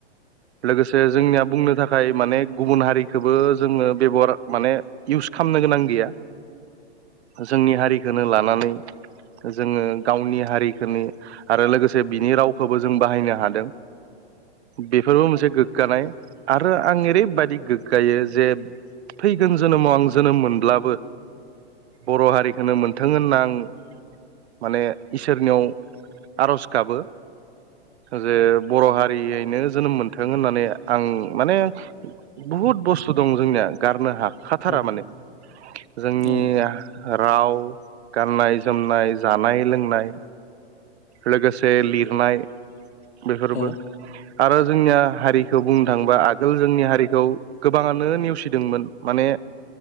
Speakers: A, on the right; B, on the left.
A: लोगोसे जोंनिया बुंनो था नाथाय माने गुबुन हारिखोबो जोङो बेब'हार माने इउस खामनो गोनां गैया। जोंनि हारिखोनो लानानै जोङो गावनि हारिखोनि आरो लोगोसे बिनि रावखौबो जों बाहायनो हादों। बेफोरबो मोनसे गोग्गानाय आरो आं ओरैबायदि गोग्गायो जे फैगोन जोनोमाव आं जोनोम मोनब्लाबो बर' हारिखौनो मोनथों होनना आं माने इसोरनियाव आर'ज गाबो जे बर' हारियैनो जोनोम मोनथों होननानै आं माने बहुद बुस्थु दं जोंनिया। गारनो हाखाथारा
B: औ
A: माने जोंनि
B: औ
A: राव, गाननाय जोमनाय जानाय लोंनाय। लोगोसे लिरनाय बेफोरबो
B: औ
A: आरो जोंनिया हारि खौ बुंनो थाङोबा आगोल जोंनि हारिखौ गोबाङानो नेवसिदोंमोन माने